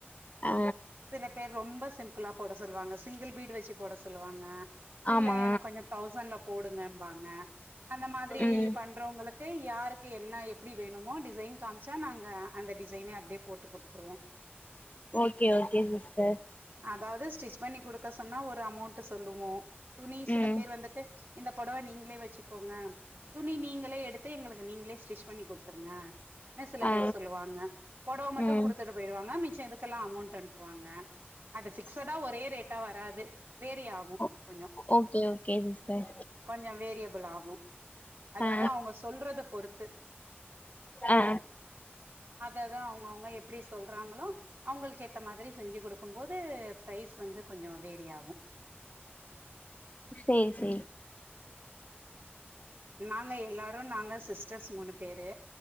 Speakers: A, on the left; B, on the right.
A: ஆ
B: சில பேர் ரொம்ப ஸ் சிம்பிளாக போட சொல்லுவாங்க சிங்கிள் பீடு வச்சு போட சொல்லுவாங்க இல்ல
A: ஆமா
B: எனக்கு கொஞ்சம் தௌசண்ட்ல போடுங்க வாங்க அந்த திரி
A: ம்
B: பண்றவங்களுக்கு யாருக்கு என்ன எப்படி வேணுமோ டிசைன் காமிச்சா நாங்க அந்த டிசைன அப்டியே போட்டு குடுத்துருவோ
A: ஓகே ஓகே சிஸ்டர்
B: அதாது ஸ்டிச் பண்ணி குடுக்க சொன்னா ஒரு அமௌண்ட் சொல்லுவோ துணி சில
A: ம்
B: பேர் வந்துட்டு இந்த புடவ நீங்களே வச்சுக்கோங்க துணி நீங்களே எடுத்து எங்களுக்கு நீங்களே ஸ்டிச் பண்ணி குடுத்துருங்க என சில
A: ஆ
B: பேர் சொல்லுவாங்க புடவ மட்டு
A: ம்
B: குடுத்துட்டு போயிடுவாங்க மி மிச்சோ எதுக்கெல்லாம அமௌண்ட் அனுப்புவாங்க அது பிக்ஸடா ஒரே ரேட்டா வராது வேரியி ஆகு
A: ஓ
B: கொஞ்சோ
A: ஓகே ஓகே சிஸ்டர்
B: கொஞ்சோ வேரிய <unintelligible> அதாது
A: ஆ
B: அவங்க சொல்றத பொறுத்து
A: ஆ
B: அததா அவங்க அவங்க எப்படி சொல்றாங்களோ அவங்களுக்கு ஏத்த மாதிரி செஞ்சு குடுப் பாக்குபோது ப்ரைஸ் வந்து கொஞ்சோ வேரி ஆகும்
A: சேரி சேரி
B: நாங்க எல்லாரு நாங்க சிஸ்டர்ஸ் மூனு பேரு